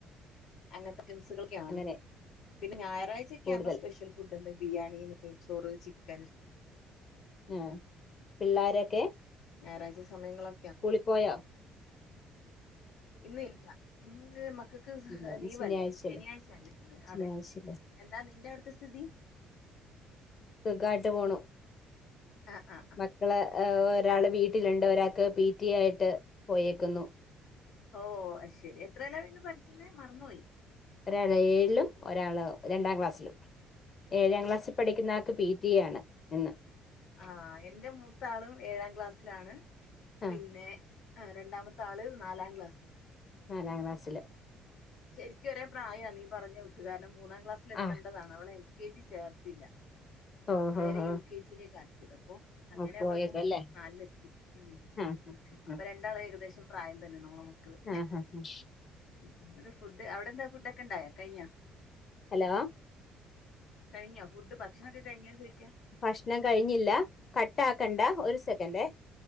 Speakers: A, on the left; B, on the left.
A: അങ്ങനത്തെ ഐറ്റംസുകൾ ക്കയാണ്
B: അങ്ങനെ
A: പിന്നെ ഞായറാഴ്ചൊക്കെ
B: കൂടുതൽ
A: ആകുമ്പ സ്പെഷ്യൽ ഫുഡ്എന്ത ബിരിയാണി നെയ്ച്ചോറ് ചിക്കൻ
B: ആഹ് പിള്ളോരൊക്കെ
A: ഞായറാഴ്ച സമയങ്ങളോ
B: സ്കൂളിപ്പോയോ
A: ഇന്ന് ഇല്ല ഇന്ന് മക്കൾക്ക്
B: ഇല്ല ഇന്ന്
A: ലീവ്
B: ശനിയാഴ്ചയല്ലേ
A: അല്ലേ ശനിയാഴ്ചയല്ലേ ഇന്ന്
B: ശനിയാഴ്ചയല്ലേ
A: അതെ എന്താ നിന്റെ അവ്ട്ത്തെ സ്ഥിതി
B: സുഖായിട്ട് പോണു
A: അഹ് ആഹ്
B: ക്കള് എഹ് ഒരാള് വീട്ടില്ണ്ട് ഒരാക്ക് പി റ്റി ആയിട്ട് പോയേക്ക്ന്നു
A: ഓഹ് അഹ് ശരി എത്രേലായ്ന്നു പഠിക്ക്ന്നെ മറന്ന്പോയി
B: ഒരാള് ഏഴിലും ഒരാള് രണ്ടാം ക്ലാസ്സ്ലും ഏഴാം ക്ലാസ്സി പഠിക്ക്ന്ന ആൾക്ക് പി ടി എ ആണ് ഇന്ന്
A: ആഹ് എന്റെ മൂത്താളും ഏഴാം ക്ലാസ്സിലാണ്
B: ആഹ്
A: പിന്നെ ആഹ് രണ്ടാമത്തെ ആള് നാലാം ക്ലാസ്സില്
B: നാലാംക്ലാസില്
A: ശെരിക്കും ഒരേ പ്രായാണ് നീ പറഞ്ഞ കൂട്ട് കാരണം മൂന്നാം ക്ലാസ്സിൽ എത്തണ്ടതാണ്
B: ആഹ്
A: അവളെ എൽ കെ ജി ചേർത്തില്ല
B: ഓഹ്
A: നേരെ
B: ഓഹ്
A: യു
B: ഓഹ്
A: കെ ജിയിലേക്ക ആക്കിയത് അപ്പൊ അങ്ങനെ
B: ഓഹ് പോയതല്ലേ
A: അവളിപ്പോ മൂ നാല് ലെത്തി ഉം
B: ആഹ്
A: അപ്പ
B: ആഹ്
A: രണ്ടാളു ഏകദേശം പ്രായം തന്നെ നമ്മളെ മക്കള്
B: ആഹ് ആഹ്
A: ഉം ഉം ന്ന് എന്താ ഫുഡ് അവ്ടെ എന്താ ഫുഡ് ഒക്കെ ഇണ്ടായാ കഴിഞ്യാ
B: ഹലോ
A: കഴിഞ്ഞോ ഫുഡ് ഭക്ഷണം ഒക്കെ കഴിഞ്ഞോ ചോയിക്ക്യാ
B: ഭക്ഷണം കഴിഞ്ഞില്ല കട്ടാക്കണ്ട ഒരു സെക്കൻഡേ